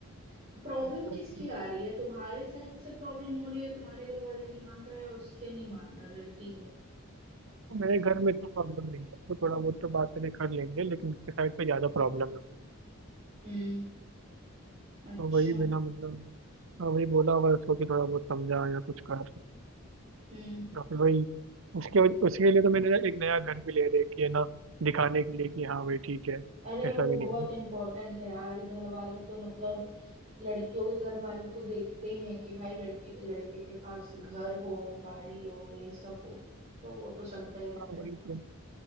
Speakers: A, on the right; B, on the right.
A: तो प्रॉब्लम
B: मतलब
A: किसकी
B: कि
A: आ रही है तुम्हारे साइड से प्रॉब्लम हो रही है तुम्हारे घर वाले नहीं मान रहा है उसके नहीं मान रहा लड़की के
B: मेरे घर में इतना प्रॉब्लम नहीं है तो थोड़ा बहुत तो बातें कर लेंगे लेकिन उसके साइड पे ज़्यादा प्रॉब्लम है
A: हम्म अच्छा
B: तो वही बिना मतलब हाँ, वही बोला हुआ है उसको कि थोड़ा बहुत समझा या कुछ कर
A: हम्म
B: या फिर वही उसके वजह- उसके लिए तो मैंने ना एक नया घर भी ले रखी है ना दिखाने के लिए कि हाँ भाई ठीक है
A: अरे
B: ऐसा
A: वो
B: भी
A: बहुत
B: नहीं है
A: इम्पोर्टेंट है यार घर वाले तो मतलब लड़कियों के घर वाले तो देखते ही हैं कि भाई लड़की लड़के के पास घर हो गाड़ी हो ये सब हो तो वो तो चलता ही रहता
B: हाँ
A: है
B: वही तो